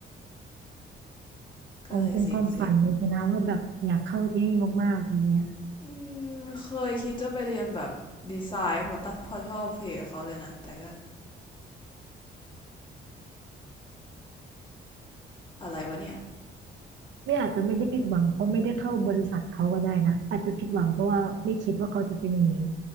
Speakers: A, on the left; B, on the right.
A: ก็เลยเซ็งเซ็ง
B: ผมเป็นความฝันเลยนะว่าแบบอยากเข้าที่นี่มากๆอย่างเงี้ย
A: อืมเคยคิดจะไปเรียนแบบดีไซน์พอตัดพอชอบเพจเขาเลยนะแต่ก็ อะไรวะเนี่ย
B: เนี่ยอาจจะไม่ได้ผิดหวังเพราะไม่ได้เข้าบริษัทเขาก็ได้นะอาจจะผิดหวังเพราะว่าไม่คิดว่าเขาจะเป็นอย่างนี้